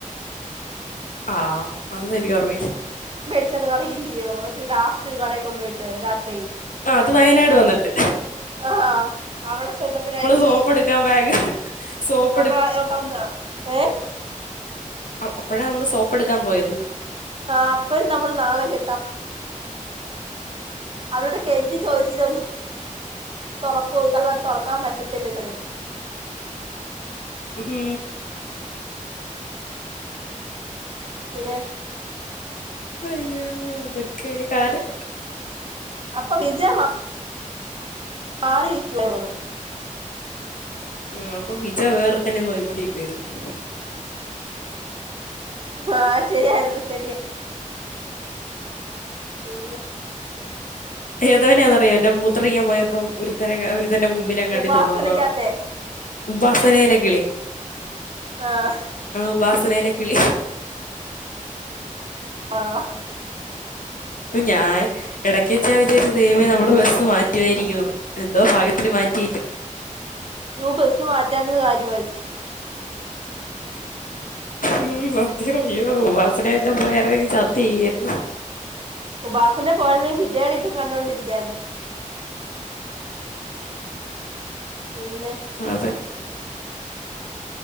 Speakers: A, on the left; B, on the right.
A: ആഹ് അതൊന്നും എനിക്കോറ്മയില്ല
B: ച്ചെത് അറിയില്യോ ഒരു ലാസ്റ്റ് ഒരു കടേ കൊണ്ടോയിട്ട് രാത്രി
A: ആഹ് അത് വയനാട് വന്ന്ട്ട്
B: ആഹ് അവ്ടെ ചെന്നപ്പയാങ്കി
A: സോപ്പ് എടുക്കാൻ ബാഗ് സോപ്പ്
B: നമ്മളെ <unintelligible> ഏഹ്
A: അഹ് അപ്പഴാ നമ്മള് സോപ്പെടുക്കാൻ പോയത്
B: ആഹ് അപ്പഴും നമ്മള് നാണം കെട്ടാ അവരോട് കെഞ്ചി ചോയിച്ചില്ലേ ഒന്ന് തൊറക്വോ <unintelligible> പറ <unintelligible> തൊറക്കാൻ പറ്റത്തില്ലെന്ന്
A: മ്ഹ്
B: പിന്നെ
A: അയ്യോ അതൊക്കെ ഒരു കാലം
B: അപ്പൊ വിജ വാ ആറെ <unintelligible> തോന്ന്
A: ഉം അപ്പൊ വിജ വേറെരുത്തനെ നോയിക്കൊണ്ടിക്കുവാര്ന്ന്
B: ആഹ്ഹ ശരിആരുന്നു ശരിയ പിന്നെ
A: ഏതവനന്നറിയല്ലോ മൂത്രോയിക്കാൻ പോയപ്പം ഒരുത്തനെ ക ഒരു തന്റെ മുമ്പിലെങ്ങാണ്ട്
B: ഉപാസനക്കാത്തെ
A: ചെന്നന്നോ ഉപാസനയിലെ കിളി
B: ആഹ്
A: ഉപാസനെലെ കിളി
B: അഹ്
A: പ്പ് ഞാൻ എടക്ക്‌ച്ചാ വിചാരിച്ചത് ദൈമേ നമ്മള് ബസ് മറ്റുവാരിക്കു എന്തോ ഭാഗ്യത്തിന് മാറ്റിയില്ല
B: യ്യോ ബസ് മാറ്റാഞ്ഞത് കാര്യവായി
A: ഉം സത്യവാ യ്യോ ഉപാസനഎല്ലാം പോയാരുന്നെങ്കിൽ ചത്ത്‌ ചെയ്യാരുന്നു
B: ഉപാസനെ പോയാരുന്നെങ്കിൽ വിജയ്ടെ ഇതും കണ്ടോണ്ടിരിക്കായിരുന്നു പിന്നെ
A: അതെ